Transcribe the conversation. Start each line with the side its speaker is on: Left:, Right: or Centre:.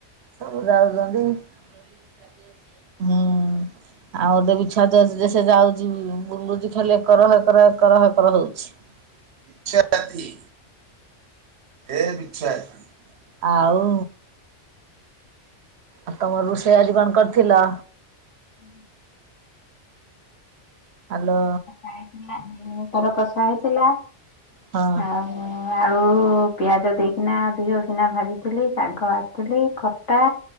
Right: ସବୁ ଯାଉଛନ୍ତି, ତମର ଇଚ୍ଛା ବି ଅଛି, ହୁଁ। ଆଉ ଗୋଟେ ବି ଛୁଆଟେ ଅଛି ଯେ ଯାଉଛି ବୁଲୁଛି ଖାଲି ଏକର ହେ କର ଏକରହେ କର ହଉଛି। ଛ ଇଚ୍ଛା ଅଛି। ଏ ବିଛା ଆଉ। ଆଉ ତମର ରୋଷେଇ ଆଜି କଣ କରିଥିଲ?
Left: କ <unintelligible>
Right: ହାଲୋ
Left: ହେଲା ମୁଁ ତାର କଷା ହେଇଥିଲା,
Right: ହଁ
Left: ଆଉ। ଆଳୁ ପିଆଜ ଦେଇକିନା ଦିହ କିନା ଭାଜିଥିଲି ଶାଗ ଆସିଥିଲି ଖଟା।